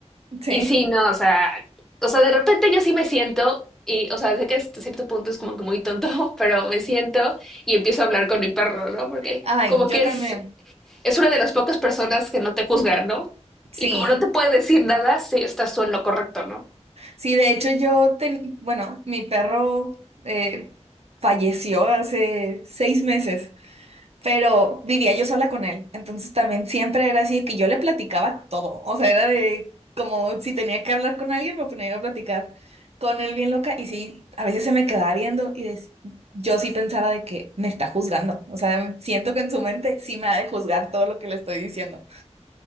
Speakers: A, on the right; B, in the centre.
A: Sí.
B: Y sí, no, o sea, o sea, de repente yo sí me siento, y, o sea, sé que hasta cierto punto es como que muy tonto, <laughs> pero me siento y empiezo a hablar con mi perro, ¿no? Porque
A: Ay,
B: como
A: yo
B: que
A: también.
B: es, es una de las pocas personas que no te juzgan, ¿no?
A: Sí,
B: Y como no te puede decir nada, sí estás tú en lo correcto, ¿no?
A: sí, de hecho yo, ten- bueno, mi perro eh, falleció hace seis meses. pero vivía yo sola con él. Entonces también siempre era así de que yo le platicaba todo. O sea, era de como si tenía que hablar con alguien, me ponía yo a platicar con él bien loca. Y sí, a veces se me quedaba viendo y des- yo sí pensaba de que me está juzgando. O sea, siento que en su mente sí me ha de juzgar todo lo que le estoy diciendo.